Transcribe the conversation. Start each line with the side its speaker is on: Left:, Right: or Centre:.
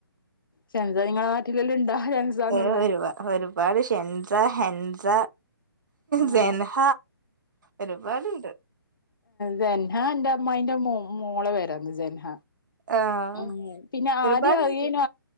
Left: ഷെന്സ നിങ്ങളെ നാട്ടിലെല്ലാം ഇണ്ടാ. ഷെന്സാന്നുള്ളെ
Right: ഒരു ഒരുപാട് ഷെൻസ ഹെൻസ
Left: ആ
Right: സെൻഹ ഒരുപാടുണ്ട്
Left: സെൻഹാ എന്റെ അമ്മായിന്റെ മോളെ പേരാണ് സെൻഹ
Right: ആഹ്
Left: ഉ പിന്നെ
Right: ഒരുപാടുണ്ട്
Left: ആദ്യം ആനു